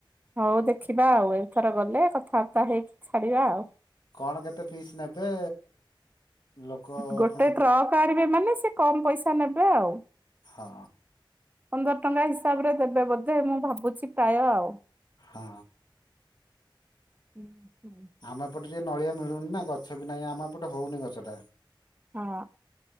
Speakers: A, on the right; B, on the left.
A: ହଉ ଦେଖିବା ଆଉ, ଏଥର ଗଲେ କଥାବାର୍ତ୍ତା ହେଇକି ଛାଡିବା ଆଉ।
B: କଣ କେତେ ପିସ୍ ନେବେ ଲୋକ
A: ଗୋଟେ
B: ପୁଣି କେ
A: ଟ୍ରକ୍ ଆଣିବେ ମାନେ, ସେ କମ ପଇସା ନେବେ ଆଉ।
B: ହଁ।
A: ପନ୍ଦର ଟଙ୍କା ହିସାବରେ ଦେବେ ବୋଧେ, ମୁଁ ଭାବୁଛି ପ୍ରାୟ ଆଉ।
B: ହଁ।
A: ହୁଁ ହୁଁ।
B: ଆମେ ଏପଟେ ଟିକେ ନଳିଆ ମିଳୁନି ନା ଗଛ ବି ନାଇଁ ଆମ ଏପଟେ ହଉନି ଗଛଟା।
A: ହଁ